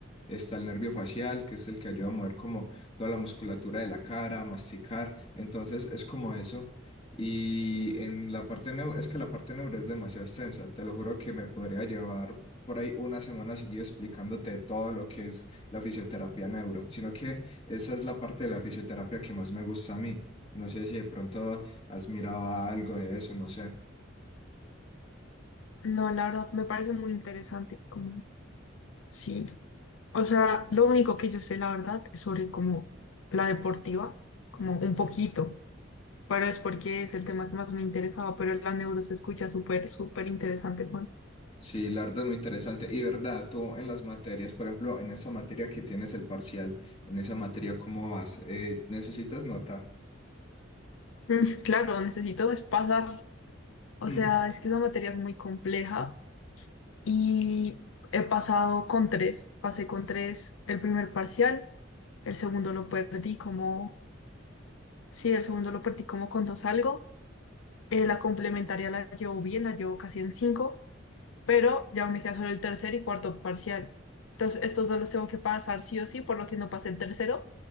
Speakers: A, on the left; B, on the left.
A: Está el nervio facial, que es el que ayuda a mover como toda la musculatura de la cara, masticar. Entonces es como eso. Y en la parte neuro, es que la parte neuro es demasiado extensa. Te lo juro que me podría llevar por ahí una semana seguida explicándote todo lo que es la fisioterapia neuro. Sino que esa es la parte de la fisioterapia que más me gusta a mí. No sé si de pronto has mirado algo de eso, no sé.
B: No, la verdad, me parece muy interesante, como, sí. O sea, lo único que yo sé, la verdad, es sobre como la deportiva, como un poquito, pero es porque es el tema que más me interesaba, pero la neuro se escucha súper, súper interesante, Juan.
A: Sí, la verdad es muy interesante. Y verdad, tú en las materias, por ejemplo, en esa materia que tienes el parcial, en esa materia, ¿cómo vas? Eh, ¿necesitas nota?
B: Mm, Claro, necesito es pasar O
A: Mm,
B: sea, es que esa materia es muy compleja y he pasado con tres. Pasé con tres el primer parcial, el segundo lo perdí como, sí, el segundo lo perdí como con dos algo. Eh, la complementaria la llevo bien, la llevo casi en cinco, pero ya me queda solo el tercer y cuarto parcial. Entonces, estos dos los tengo que pasar sí o sí, por lo que no pasé el tercero.